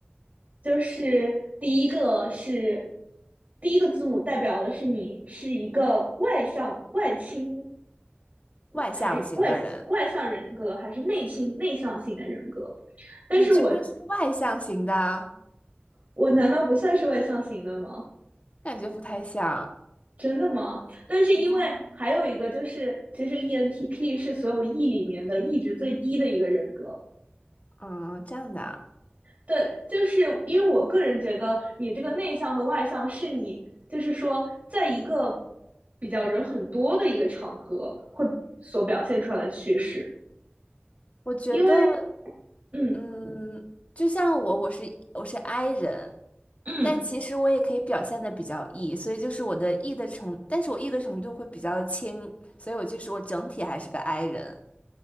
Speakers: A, on the right (about 40°); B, on the left (about 35°).
A: 就是第一个是第一个字母代表的是你是一个外向、外倾，
B: 外向型的人，
A: 还外外向人格，还是内倾、内向型的人格？但是我
B: 你居然是外向型的，
A: 我难道不算是外向型的吗？
B: 感觉不太像。
A: 真的吗？但是因为还有一个就是，
B: 嗯
A: 其实 ENTP 是所有 E 里面的 E 值最低的一个人格。
B: 嗯，这样的啊
A: 对，就是因为我个人觉得，你这个内向和外向是你，就是说，在一个比较人很多的一个场合会所表现出来的趋势。
B: 我觉得，
A: 因为，嗯
B: 嗯，就像我，我是我是 I 人，
A: 嗯
B: 但其实我也可以表现的比较 E，所以就是我的 E 的程，但是我 E 的程度会比较轻，所以我就是我整体还是个 I 人。